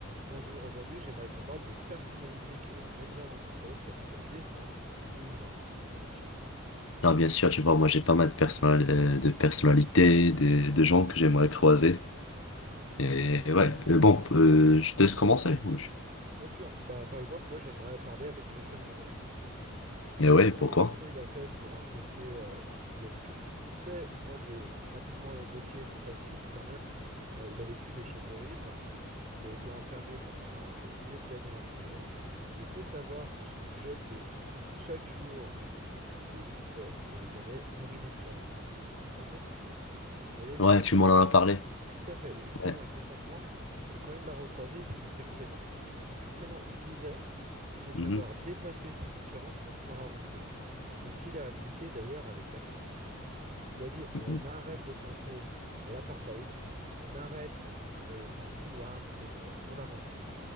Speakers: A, on the right; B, on the left.
A: Bonjour, aujourd'hui j'aimerais qu'on parle des personnalités que l'on aimerait rencontrer, qu'elles soient défuntes ou vivantes. Qu'en dis-tu?
B: Non, bien sûr, tu vois, moi j'ai pas mal de, personnal- euh, de personnalités, de, de gens que j'aimerais croiser. Et ouais, Euh, bon, euh, je te laisse commencer. ou je-
A: Bien sûr, bah, par exemple, moi j'aimerais parler avec Nelson Mandela.
B: Mais ouais,
A: Comment
B: pourquoi?
A: il, comment il a fait pour encaisser euh, tout ce qu'il a vécu? Tu sais, moi je vais rapidement évoquer son passif quand même. Euh, il a vécu des choses horribles, il a été enfermé pendant des dizaines d'années en prison, et il faut savoir que son geôlier, chaque jour qui existait, et il allait uriner sur lui. Tu te rends compte? Il allait lui
B: Ouais,
A: faire
B: tu
A: pipi
B: m'en
A: dessus.
B: as parlé.
A: Tout à fait. Et justement,
B: Ouais.
A: il faut comprendre que quand il l'a recroisé, il s'est montré clément. Et justement, il disait, il faut savoir
B: Mhm.
A: dépasser ses différences pour pouvoir avancer. Et c'est ce qu'il a appliqué d'ailleurs avec l'Afrique du Sud. Il a dit, on
B: Mhm.
A: arrête de penser à l'apartheid, on arrête de s'en vouloir, d'être sur la rancune,